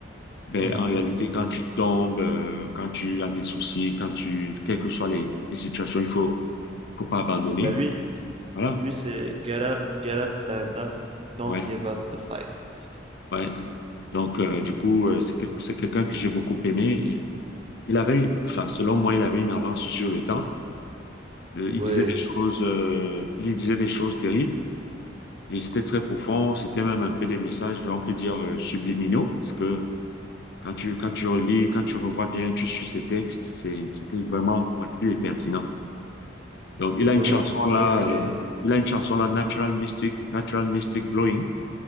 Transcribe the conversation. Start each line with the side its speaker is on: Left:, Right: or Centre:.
Left: Ben,
Right: Mhm.
Left: en réalité,
Right: Ouais.
Left: quand tu tombes, euh, quand tu as des soucis, quand tu, quelles que soient les, les situations, il faut, faut pas abandonner.
Right: Ben lui,
Left: Voilà.
Right: lui c'est Get up, get up, stand up, don't
Left: Ouais.
Right: give up the fight.
Left: Ouais.
Right: Ouais.
Left: Donc, euh, du coup, euh, c'est quel- c'est quelqu'un que j'ai beaucoup aimé. Il avait, enfin, selon moi, il avait une avance sur le temps. Euh, il
Right: Ouais.
Left: disait des choses, euh, il disait des choses terribles et c'était très profond. C'était même un peu des messages, on peut dire, euh, subliminaux parce que quand tu, quand tu relis, quand tu revois bien, tu suis ses textes, c'est, c'était vraiment pointu et pertinent. Donc, il
Right: Ouais.
Left: a une chanson là,
Right: Ouais, c'est.
Left: euh, il a une chanson là, Natural Mystic, Natural Mystic Blowing.